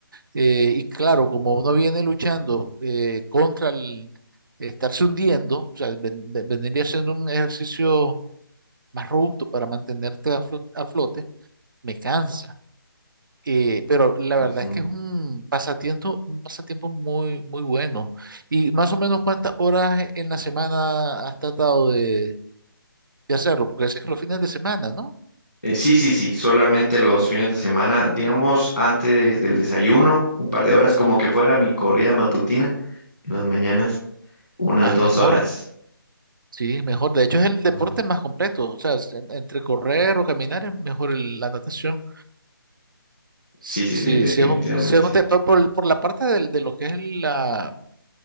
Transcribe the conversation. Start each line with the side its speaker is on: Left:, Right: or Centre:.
Right: eh, y claro, como uno viene luchando eh, contra el estarse hundiendo, o sea, ven- ven- vendría siendo un ejercicio más robusto para mantenerte a flo- a flote, me cansa. Eh, pero la
Centre: ujú.
Right: verdad es que es un pasatiempo, un pasatiempo muy, muy bueno. ¿Y más o menos cuántas horas en la semana has tratado de, de hacerlo? Porque ese es los fines de semana, ¿no?
Centre: Eh, sí, sí, sí, solamente los fines de semana, digamos antes del desayuno, un par de horas, como que fuera mi corrida matutina en las mañanas, unas
Right: Ah,
Centre: dos
Right: mejor,
Centre: horas.
Right: sí, mejor. De hecho, es el
Centre: Ujú,
Right: deporte más completo. O sea, es entre correr o caminar es mejor el- la natación. S-
Centre: Sí, sí,
Right: Sí,
Centre: sí, definitivamente.
Right: sí, es un, sí es un te- por, por el- por la parte del- de, lo que es la,